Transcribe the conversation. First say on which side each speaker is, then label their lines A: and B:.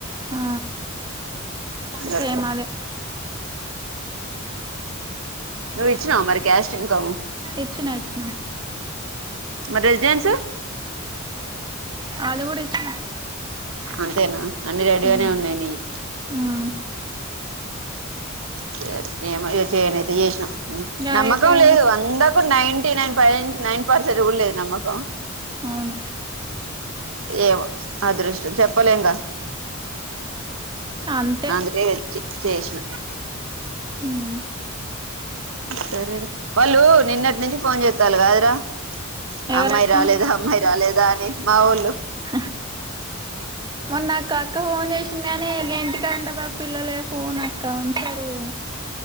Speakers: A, on the right (about 20°); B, on the right (about 70°).
A: ఆ
B: గట్లా
A: సేమ్ అదే,
B: నువ్వు ఇచ్చిన మరి క్యాష్ట్ ఇన్కమ్.
A: ఇచ్చిన ఇచ్చిన
B: మరి రెసిడెన్స్,
A: అది కూడా ఇచ్చనా,
B: అంతేనా అన్ని రెడీగానే
A: ఉమ్
B: ఉన్నాయయి నియ్యి.
A: ఉమ్
B: సరే నేమ ఇ చేయనైతే చేసినా,
A: గదే
B: నమ్మకం
A: చేయమైతే
B: లేదు అందకు నైంటీ నైన్ ఫైవ నైన్, పడుస <unintelligible> లేదా నమ్మకం
A: అవును
B: ఏవ అదృష్టం చెప్పలేంగా,
A: అంతే
B: అందుకే ఎచ్చి చేశ్న
A: ఉమ్
B: సరేరా వాళ్ళు నిన్నటి నుంచి ఫోన్ చేత్తాల్ కాదురా
A: ఎవరక్క
B: అమ్మాయ్ రాలేదా అమ్మాయ్ రాలేదా అని మా వోళ్ళు
A: హహ్ మొన్నాకక్క ఓన్ చేసింది అని ఇగ్ ఏంటి ఇక్కాంటబె పిల్లలే ఫోన్ అక్క ఉంచరూ